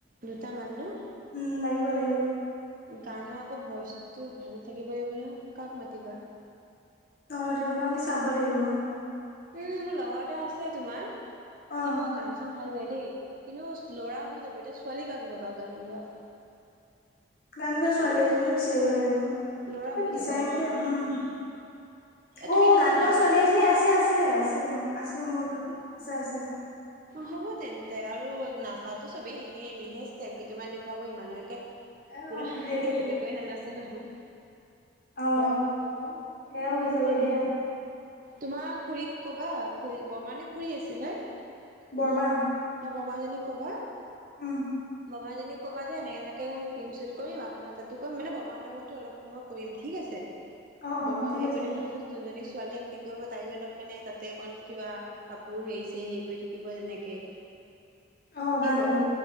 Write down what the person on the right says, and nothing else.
দুটা মান ন? <unintelligible>
গানৰ আকৌ ভইচটো ভাল থাকিব লাগিব নহয় কাক মাতিবা? <unintelligible>
উম! মোৰ লগৰ এটা আছে তোমাৰ সি
বৰ গান-চান ভাল গায় দেই। <unintelligible> কিন্তু ল'ৰা হৈ যাব, এতিয়া ছোৱালী কাক লবা গান গোৱা? <unintelligible>
ল'ৰা
হৈ
যাব ল'ৰা
তুমি নাজানা
হ'ব তেন্তে আৰু নাচাতো চবেই এনে এনেইহে ষ্টাফ কেইটমান দেখুৱাব ইমানুহেকে।
পুৰা
একে হেৰি কৰি নানাছে নহয়।
সেয়া হৈ যাব
তেন্তে।
তোমাৰ খডুৰীক কবা খ বমানে খডুৰী আছিল হা?
অ' বমাজনীক কবা।
বমাজনিক কবা যে এনে এনেকে কম ফিল্ম শ্বুট কৰিম আপোনাৰ তাতো কৰিম মানে বমাহতো অলপ। হব মই কৰিম ঠিক আছে,
বমাও
সেই
কৰি দিব নহয়। যোনজনী ছোৱালীয়ে এক্টিং কৰিব তাই অলপ মানে তাতে অকণ কিবা। কাপোৰ হেৰি হেৰি কৰি থাকিব যেনেকে।
কি
কোৱা